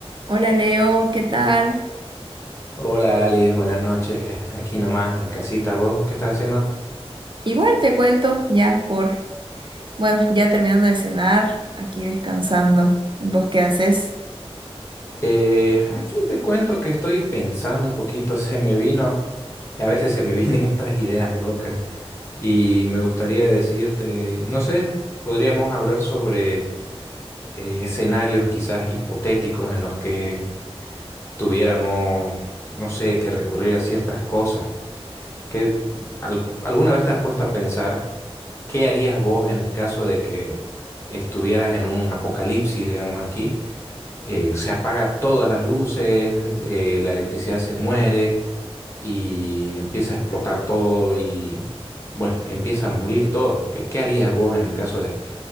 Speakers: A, on the right; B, on the left.
A: Hola Leo, ¿qué tal?
B: Hola Alice, buenas noches. Aquí nomás en casita, ¿vos qué estás haciendo?
A: Igual te cuento ya por, bueno, ya terminando de cenar, aquí descansando. ¿Vos qué haces?
B: Eh, aquí te cuento que estoy pensando un poquito, <laughs> se me vino, a veces se me vienen estas ideas locas y me gustaría decirte, no sé, podríamos hablar sobre eh, escenarios quizás hipotéticos en los que tuviéramos, no sé, que recurrir a ciertas cosas. ¿Qué- alguna vez te has puesto a pensar? ¿Qué harías vos en el caso de que estuvieras en un apocalipsis, digamos aquí? Eh, se apaga todas las luces, eh, la electricidad se muere y empieza a explotar todo y, bueno, empieza a morir todo. ¿Qué, qué harías vos en el caso de,